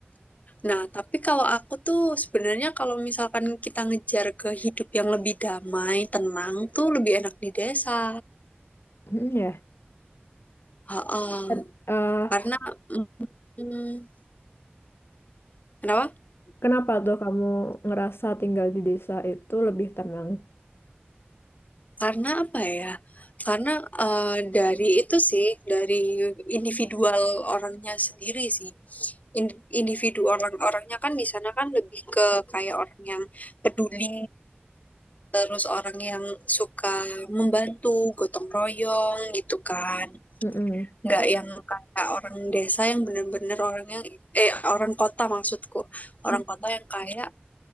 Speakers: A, on the left; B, on the left.
A: Nah, tapi kalau aku tuh sebenarnya kalau misalkan kita ngejar ke hidup yang lebih damai, tenang tuh lebih enak di desa.
B: Mm, ya.
A: Ha-ha.
B: Ken- eh,
A: Karena mm, Kenapa?
B: kenapa tuh kamu ngerasa tinggal di desa itu lebih tenang?
A: Karena apa ya? Karena eh, dari itu sih, dari individual orangnya sendiri sih. In- individu orang-orangnya kan di sana kan lebih ke kayak orang yang peduli, terus orang yang suka membantu, gotong royong gitu kan.
B: Mm-mm.
A: Nggak yang kayak orang desa yang bener-bener orangnya, eh orang kota maksudku. Orang
B: Mm,
A: kota yang kayak